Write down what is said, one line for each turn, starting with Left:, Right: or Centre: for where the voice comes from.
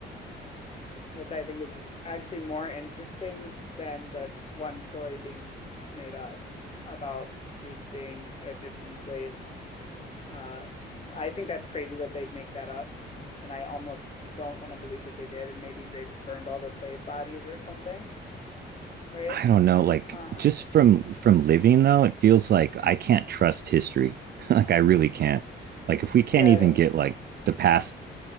Left: which I think is actually more interesting than this one story being made up about Jews being Egyptian slaves. Uh, I think that's crazy that they'd make that up, and I almost don't want to believe that they did. And maybe they just burned all the slave bodies or something, right?
Right: i don't know like
Left: Um,
Right: just from from living though it feels like i can't trust history <laughs> like i really can't like if we can't
Left: yeah,
Right: even get like the past